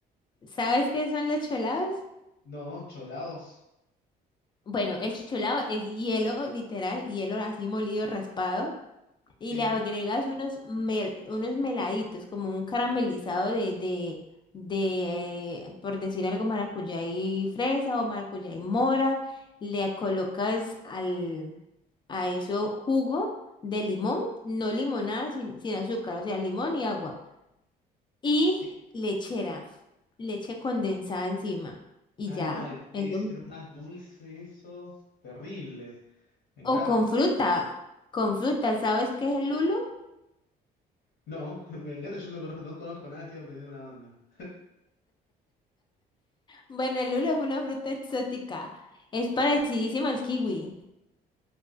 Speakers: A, on the left; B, on the left.
A: ¿Sabes qué son los cholados?
B: No, cholaos.
A: Bueno, el cholado es hielo, literal, hielo así molido, raspado, y
B: Sí.
A: le agregas unos, mel- unos meladitos, como un caramelizado de, de, de, eh, por decir algo, maracuyá y fresa o maracuyá y mora. Le colocas al, a eso jugo de limón, no limonada, sin, sin azúcar, o sea, limón y agua. Y
B: Sí.
A: lechera, leche condensada encima, y
B: Ah,
A: ya,
B: no, eh, debe
A: eso.
B: ser más dulce eso. Terrible. Me encanta.
A: O con fruta, con fruta, ¿sabes qué es el lulo?
B: No, <laughs> me encanta, yo no conozco, no conozco nada, estoy aprendiendo una banda.
A: Bueno, el lulo es una fruta exótica, es parecidísima al kiwi,